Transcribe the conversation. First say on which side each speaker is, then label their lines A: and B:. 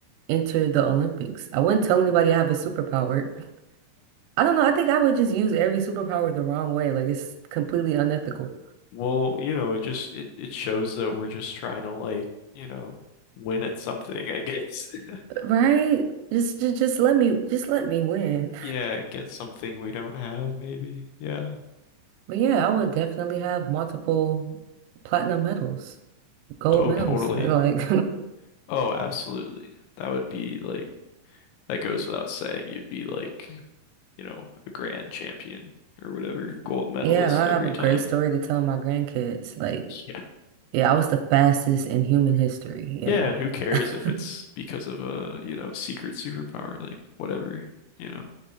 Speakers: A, on the right (about 80°); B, on the left (about 75°).
A: enter the Olympics. I wouldn't tell anybody I have a superpower. <laughs> I don't know. I think I would just use every superpower the wrong way. Like it's completely unethical.
B: Well, you know, it just it it shows that we're just trying to like, you know, win at something, I guess. <laughs>
A: Right? Just, just just let me just let me win.
B: Yeah, get something we don't have, maybe. Yeah.
A: But yeah, I would definitely have multiple platinum medals, gold
B: Oh,
A: medals.
B: totally.
A: <laughs> Like
B: Oh, absolutely. That would be like that goes without saying. You'd be like, you know, a grand champion or whatever, gold
A: <laughs>
B: medalist
A: yeah, I
B: every
A: have a great
B: time.
A: story to tell my grandkids. Like,
B: Yeah.
A: yeah, I was the fastest in human history. Yeah.
B: Yeah, and who cares
A: <laughs>
B: if it's because of a, you know, secret superpower, like whatever, you know.